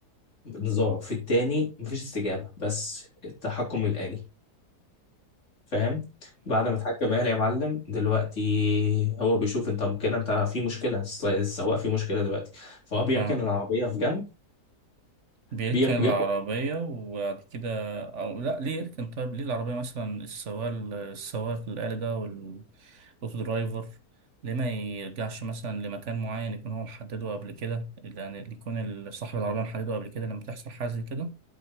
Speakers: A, on the left; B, on the right.
A: انذار في التاني مفيش استجابة بس التحكم الآلي فاهم بعد ما اتحكم آلي يا معلم دلوقتي هو بيشوف انت كده انت في مشكلة الس- السواق في مشكلة دلوقتي فهو بيركن
B: مم،
A: العربية في جنب
B: بيركن
A: بيرك
B: العربية
A: بياخد
B: وبعد كده أو لأ ليه يركن طيب ليه العربية مثلا السواق السواق الآلي ده والأوتو درايفر ليه ما يرجعش مثلا لمكان معين يكون هو محدده قبل كده يعني اللي يكون ال- صاحب العربية محدده قبل كده لما تحصل حاجة زي كده